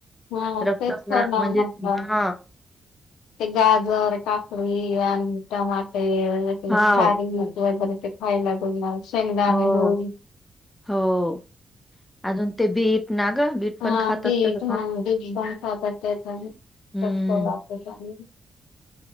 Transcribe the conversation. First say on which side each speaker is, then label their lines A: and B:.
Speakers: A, on the left; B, on the left.
A: हा,
B: रक्तवाढा
A: तेच करणार
B: म्हणजे
A: मग काय.
B: हा
A: ते गाजर, काकडी आणि टमाटे वगैरे
B: हाव
A: खारीक वगैरे ते खायला देणार शेंगदाणे
B: हो
A: गुळ
B: हो, अजून ते बीट ना गं बीट
A: हा,
B: पण खातात
A: बीट
B: तर
A: हा बीट पण खातात त्याच्यान
B: हम्म
A: रक्त वाढतं त्याने.